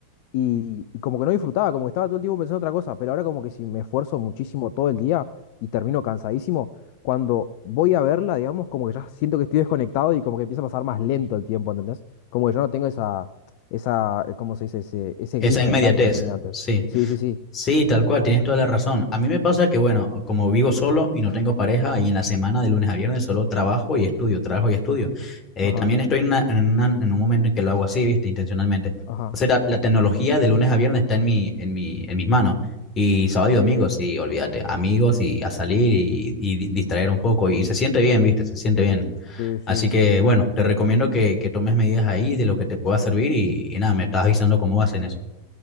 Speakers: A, on the left; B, on the left.
A: y, y como que no disfrutaba, como que estaba todo el tiempo pensando en otra cosa, pero ahora como que si me esfuerzo muchísimo todo el día y termino cansadísimo, cuando voy a verla, digamos, como que ya siento que estoy desconectado y como que empieza a pasar más lento el tiempo, ¿entendés? Como que yo no tengo esa, esa, eh, ¿cómo se dice? Ese, ese
B: Esa
A: gris mental
B: inmediatez,
A: que tenía antes.
B: sí.
A: Sí, sí, sí.
B: Sí, tal cual, tienes toda la razón. A mí me pasa que, bueno, como vivo solo y no tengo pareja y en la semana de lunes a viernes solo trabajo y estudio, trabajo y estudio. Eh,
A: Ajá,
B: también estoy en, una- en una- en un momento en que lo hago así, viste, intencionalmente.
A: ajá.
B: O sea, la, la tecnología de lunes a viernes está en mi, en mi, en mis manos. Y sábado y domingo,
A: Sí,
B: sí, olvídate, amigos y a salir y, y di- distraer un poco. Y se siente bien, viste, se siente bien.
A: sí, sí.
B: Así que, bueno, te recomiendo que, que tomes medidas ahí de lo que te pueda servir y, y nada, me estás avisando cómo vas en eso.